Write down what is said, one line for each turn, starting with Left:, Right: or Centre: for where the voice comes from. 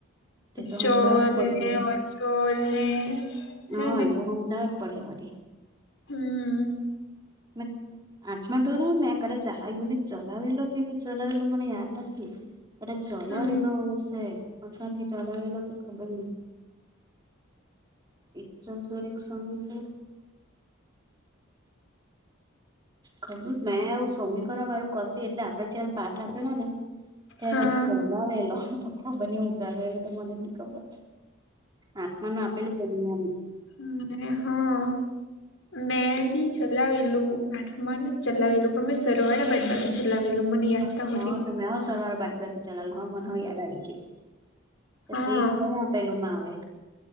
Right: તે તો
Left: ચલને
Right: સમજાવા જ પડે વળી.
Left: અચલ ને.
Right: હા
Left: હે
Right: એ તો હમજાવવા જ પડહે વરી.
Left: હમ્મ.
Right: મે આઠમા ધોરણ મેં કરે ચાર યુનિટ ચલાવેલો કે નહી ચલાવેલો મને યાદ નથી. અરે ચલાવેલો
Left: હમ
Right: હશે આખાથી ચલાવેલો તો ખબર નહી. એકર એક સંગીત ખબર મે આવું સમીકરણ વાળું કશે એટલે આપડે જ્યારે પાક આપેલો ને ત
Left: હા
Right: ચલાવેલો. ખબર નેવું ચાલેવેલું તો મને ખબર આત્માનું આપેલું કેની.
Left: હમ હા. મેં બી ચલાવેલું આઠમાનુ ચલાવેલું પણ મેં સરવાળા બાદબાકી ચલાવેલું મને યાદ
Right: હતો
Left: તા હુધી
Right: મેં હો સરવાળા બાદબાકી ચલાવેલું મને યાદ આવી ગયું.
Left: હા
Right: તે કયા આપેલું માં આવે.